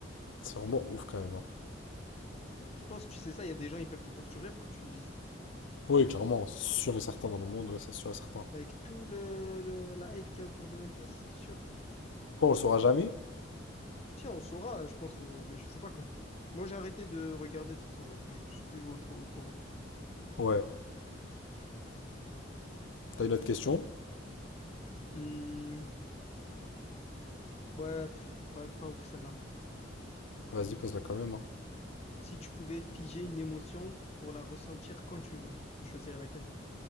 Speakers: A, on the left; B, on the left.
A: C'est vraiment ouf quand même. hein.
B: Je pense, tu sais ça, il y a des gens, ils peuvent te torturer pour que tu te dises.
A: Oui, clairement, c'est sûr et certain dans le monde, ouais, c'est sûr et certain.
B: Avec tout le, le- la hype qu'il y a autour de One Piece, c'est sûr.
A: Pourquoi on le saura jamais?
B: Tiens, on saura, euh, je pense, euh, mais je sais pas quand. Moi, j'ai arrêté de regarder de toute façon, donc je, je suis plus au, au courant.
A: Ouais. T'as une autre question?
B: Hmm, ouais, pff, pas, pas ouf celle-là.
A: Vas-y, pose-la quand même. hein.
B: Si tu pouvais figer une émotion pour la ressentir quand tu veux, tu choisirais laquelle?